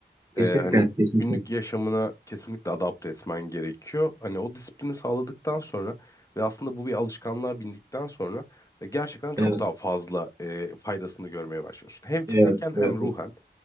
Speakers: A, on the right; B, on the left.
A: Kesinlikle,
B: e, hani
A: kesinlikle.
B: günlük yaşamına kesinlikle adapte etmen gerekiyor. Hani o disiplini sağladıktan sonra ve aslında bu bir alışkanlığa bindikten sonra e, gerçekten çok
A: Evet,
B: daha fazla e, faydasını görmeye başlıyorsun. Hem fiziken
A: evet,
B: hem
A: evet,
B: ruhen.